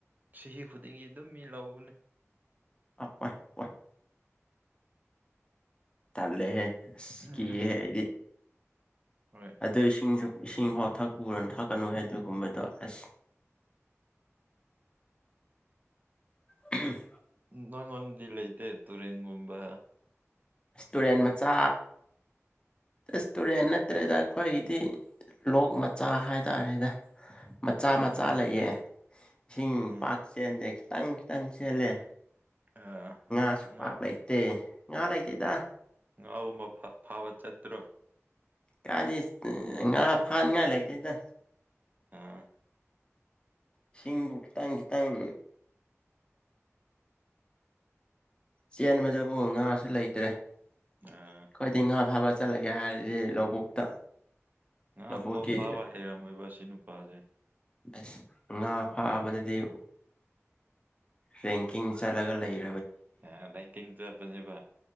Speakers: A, on the right; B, on the left.
A: ꯆꯍꯤ ꯈꯨꯗꯤꯡꯒꯤ ꯑꯗꯨꯝ ꯃꯤ ꯂꯧꯕꯅꯦ
B: ꯑꯄ ꯄꯣꯏ ꯇꯜꯦꯍꯦ
A: ꯎꯝ
B: ꯀꯍꯦ ꯍꯥꯏꯗꯤ
A: ꯍꯣꯏ
B: ꯑꯗꯨꯗꯁꯤꯡꯖ ꯏꯁꯤꯡꯐꯥꯎ ꯊꯛꯄꯨꯔꯅ ꯊꯛꯀꯅꯨ ꯑꯗꯨꯒꯨꯝꯕꯗꯣ ꯑꯁ <unintelligible>
A: ꯅꯪꯣꯟꯣꯟꯗꯤ ꯂꯩꯇꯦ ꯇꯨꯔꯦꯟꯒꯨꯝꯕ
B: ꯇꯨꯔꯦꯟ ꯃꯆꯥ ꯔꯦꯁꯇꯨꯔꯦꯟ ꯅꯠꯇ꯭ꯔꯦꯗ ꯑꯩꯈꯣꯏꯒꯤꯗꯤ ꯂꯣꯛ ꯃꯆꯥ ꯍꯥꯏꯇꯥꯔꯦꯗ ꯃꯆꯥ
A: ꯑꯥ
B: ꯃꯆꯥ ꯂꯩꯌꯦ ꯏꯁꯤꯡ
A: ꯎꯝ
B: ꯄꯥꯛ ꯆꯦꯟꯗꯦ ꯈꯤꯇꯪ ꯈꯤꯇꯪ ꯆꯦꯜꯂꯦ
A: ꯑꯥ ꯎꯝ
B: ꯉꯥꯁꯨ
A: ꯉꯥ
B: ꯄꯥꯛ ꯂꯩꯇꯦ ꯉꯥ ꯂꯩꯇꯦꯗ
A: ꯉꯥꯒꯨꯝꯕ ꯐꯥꯕ ꯆꯠꯇ꯭ꯔꯣ
B: ꯀꯥꯗꯤ ꯉꯥ ꯐꯥꯅꯤꯡꯉꯥꯏ ꯂꯩꯇꯦꯗ
A: ꯑꯥ
B: ꯏꯁꯤꯡꯕꯨ ꯈꯤꯇꯥꯡ ꯈꯤꯇꯥꯡ ꯆꯦꯟꯕꯗꯕꯨ ꯉꯥꯁꯨ ꯂꯩꯇ꯭ꯔꯦ ꯑꯩꯈꯣꯏꯗꯤ
A: ꯑꯥ
B: ꯉꯥ ꯐꯥꯕ ꯆꯠꯂꯒꯦ ꯍꯥꯏꯔꯤꯁꯦ ꯂꯧꯕꯨꯛꯇ
A: ꯉꯥ
B: ꯂꯧꯕꯨꯛꯀꯤ
A: ꯐꯥꯎ ꯐꯥꯕ ꯍꯩꯔꯝꯃꯣꯏꯕ ꯁꯤ ꯅꯨꯄꯥꯁꯦ
B: ꯑꯁ ꯉꯥ ꯐꯥꯕꯗꯗꯤ ꯔꯦꯡꯀꯤꯡ ꯆꯂꯒ ꯂꯩꯔ
A: ꯑ ꯇꯄꯕ